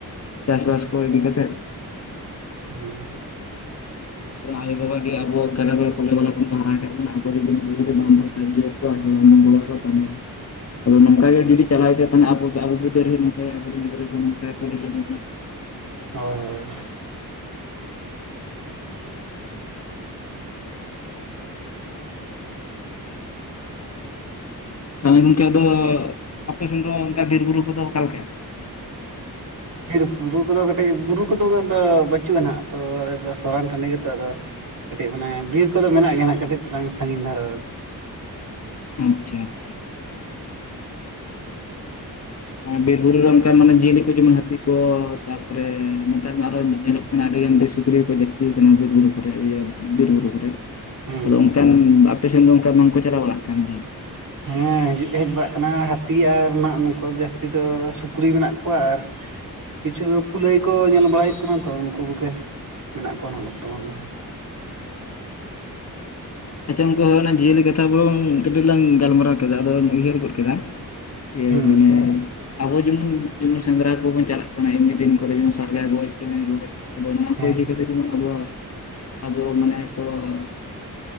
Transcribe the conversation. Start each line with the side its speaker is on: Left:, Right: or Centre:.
Left: ᱪᱟᱥᱵᱟᱥ ᱠᱚ ᱤᱫᱤ ᱠᱟᱛᱮᱫ᱾
Right: ᱦᱮᱸ
Left: ᱟᱨ ᱟᱭᱳᱼᱵᱟᱵᱟ ᱜᱮ ᱟᱵᱚ ᱠᱟᱨᱵᱟᱨ ᱠᱚᱞᱮ ᱵᱟᱞᱮ ᱠᱷᱚᱱ ᱠᱚ ᱦᱟᱨᱟ ᱠᱟᱜ ᱵᱚᱱᱟ ᱟᱵᱚ ᱜᱮ ᱡᱩᱫᱤ ᱵᱟᱝ ᱵᱚᱱ ᱥᱟᱦᱟᱡᱡᱚ ᱠᱚᱣᱟ ᱥᱮ ᱵᱟᱝ ᱵᱚᱱ ᱜᱚᱲᱚ ᱟᱠᱚᱣᱟ ᱛᱟᱦᱚᱞᱮ ᱟᱫᱚ ᱱᱚᱝᱠᱟ ᱜᱮ ᱡᱩᱫᱤ ᱪᱟᱞᱟᱣ ᱤᱫᱤᱜᱼᱟ ᱛᱟᱦᱟᱞᱮ ᱟᱵᱚ ᱟᱵᱚ ᱵᱤᱫᱟᱹᱞ ᱨᱮ ᱱᱚᱝᱠᱟ ᱟᱵᱚᱨᱮᱱ ᱜᱤᱫᱽᱨᱟᱹ ᱠᱚ ᱱᱚᱝᱠᱟ ᱠᱚ ᱰᱷᱤᱞᱟᱹᱢᱤ ᱵᱚᱱᱟ᱾
Right: ᱦᱳᱭ
Left: ᱛᱟᱦᱟᱞᱮ ᱜᱚᱝᱠᱮ ᱟᱫᱚ ᱟᱯᱮ ᱥᱮᱱ ᱫᱚ ᱚᱱᱠᱟ ᱵᱤᱨ ᱵᱩᱨᱩ ᱠᱚᱫᱚ ᱚᱠᱟ ᱞᱮᱠᱟ?
Right: ᱵᱤᱨ ᱵᱩᱨᱩ ᱠᱚᱫᱚ ᱠᱟᱹᱴᱤᱡ ᱵᱩᱨᱩ ᱠᱚᱫᱚ ᱩᱱᱟᱹᱜ ᱫᱚ ᱵᱟᱹᱪᱩᱜᱼᱟ ᱱᱟ ᱦᱟᱸᱜ, ᱛᱚ ᱟᱞᱮ ᱫᱚ ᱥᱚᱨᱟᱱ ᱴᱟᱺᱰᱤ ᱜᱮᱛᱚ। ᱟᱫᱚ ᱼᱼ ᱠᱟᱹᱴᱤᱡ ᱢᱟᱱᱮ ᱵᱤᱨ ᱠᱚᱫᱚ ᱢᱮᱱᱟᱜ ᱜᱮᱭᱟ ᱱᱟᱼᱦᱟᱸᱜ ᱠᱟᱹᱴᱤᱡ ᱛᱟᱞᱟᱝ ᱥᱟᱺᱜᱤᱧ ᱫᱷᱟᱨᱟ ᱨᱮ
Left: ᱟᱪᱪᱷᱟ ᱟᱪᱪᱷᱟ ᱵᱤᱨ ᱵᱩᱨᱩ ᱨᱮ ᱚᱱᱠᱟᱱ ᱢᱟᱱᱮ ᱡᱤᱭᱟᱹᱞᱤ ᱠᱚ ᱡᱮᱢᱚᱱ ᱦᱟᱹᱛᱤ ᱠᱚ, ᱛᱟᱨᱯᱚᱨᱮ ᱱᱮᱛᱟᱨ ᱢᱟ ᱟᱨᱦᱚᱸ ᱧᱮᱞᱚᱜ ᱼᱼ ᱢᱟᱱᱮ ᱟᱹᱰᱤᱜᱟᱱ ᱵᱤᱨ ᱥᱩᱠᱨᱤ ᱠᱚ ᱡᱟᱹᱥᱛᱤ ᱠᱟᱱᱟ ᱵᱤᱨ ᱵᱩᱨᱩ ᱠᱚᱨᱮ ᱤᱭᱟᱹ ᱵᱤᱨ ᱵᱩᱨᱩ ᱠᱚᱨᱮ।
Right: ᱦᱩᱸ
Left: ᱟᱫᱚ ᱚᱱᱠᱟᱱ ᱟᱯᱮ ᱥᱮᱱ ᱫᱚ ᱚᱱᱠᱟ ᱵᱟᱝᱠᱚ ᱪᱟᱞᱟᱣ ᱵᱟᱲᱟᱜ ᱠᱟᱱ ᱜᱮᱭᱟ?
Right: ᱦᱮᱸ ᱦᱤᱡᱩᱜ ᱫᱚ ᱦᱮᱡ ᱵᱟᱲᱟᱜ ᱠᱟᱱᱟ ᱦᱟᱹᱛᱤ ᱟᱨ ᱱᱟᱼᱦᱟᱸᱜ ᱱᱩᱠᱩ ᱡᱟᱹᱥᱛᱤ ᱫᱚ ᱥᱩᱠᱨᱤ ᱢᱮᱱᱟᱜ ᱠᱚᱣᱟ ᱟᱨ ᱼᱼ ᱠᱤᱪᱷᱩ ᱫᱚ ᱠᱩᱞᱟᱹᱭ ᱠᱚ ᱧᱮᱞ ᱵᱟᱲᱟᱭ ᱦᱩᱭᱩᱜ ᱠᱟᱱᱟ ᱛᱚ ᱩᱱᱠᱩ ᱠᱚᱜᱮ ᱢᱮᱱᱟᱜ ᱠᱚᱣᱟ ᱱᱟ-ᱦᱟᱸᱜ ᱵᱚᱨᱛᱚᱢᱟᱱ ᱫᱚ।
Left: ᱟᱪᱪᱷᱟ ᱩᱱᱠᱩ ᱚᱱᱟ ᱡᱤᱭᱟᱹᱞᱤ ᱠᱟᱛᱷᱟ ᱵᱚᱞᱚᱝ ᱠᱟᱹᱴᱤᱡ ᱞᱟᱝ ᱜᱟᱞᱢᱟᱨᱟᱣ ᱠᱮᱫᱟ, ᱟᱫᱚᱧ ᱩᱭᱦᱟᱹᱨ ᱜᱚᱫ ᱠᱮᱫᱟ। ᱤᱭᱟᱹ
Right: ᱦᱩᱸ
Left: ᱢᱟᱱᱮ ᱼᱼ ᱟᱵᱚ ᱡᱮᱢᱚᱱ ᱡᱮᱢᱚᱱ ᱥᱮᱸᱫᱽᱨᱟ ᱠᱚᱵᱚᱱ ᱪᱟᱞᱟᱜ ᱠᱟᱱᱟ ᱮᱢᱱᱤ ᱫᱤᱱ ᱠᱚᱨᱮ, ᱡᱮᱢᱚᱱ ᱥᱟᱨᱜᱟ ᱜᱚᱡ ᱪᱮᱸᱬᱮ ᱜᱚᱡ। ᱟᱫᱚ ᱱᱚᱣᱟ
Right: ᱦᱮᱸ
Left: ᱠᱚ ᱤᱫᱤ ᱠᱟᱛᱮ ᱡᱮᱢᱚᱱ ᱟᱵᱚ, ᱟᱵᱚ ᱢᱟᱱᱮ ᱠᱚ ᱼ